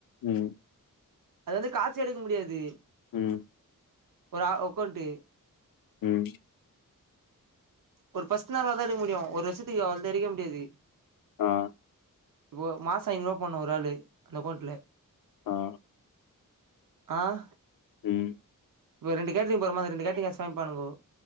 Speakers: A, on the left; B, on the right.
A: உம்
B: அதாது காசு எடுக்க முடியாது
A: உம்
B: ஒரு அ அக்கவுண்ட்டு
A: உம்
B: ஒரு ஃபஸ்ட நாள் தான் எடுக்க முடியும் ஒரு வருஷத்துக்கு அவ்ளோ தா எடுக்க முடியாது
A: ஆஹ்
B: இப்போ மாசம் ஐநூறு ரூபா போடணும் ஒரு ஆளு அந்த அக்கௌண்ட்ல
A: ஆஹ்
B: ஆஹ
A: உம்
B: இப்ப ரெண்டுகோட்ரிங் போறமா அது ரெண்டு கேட்டரிங் சமைப்பானுங்கோ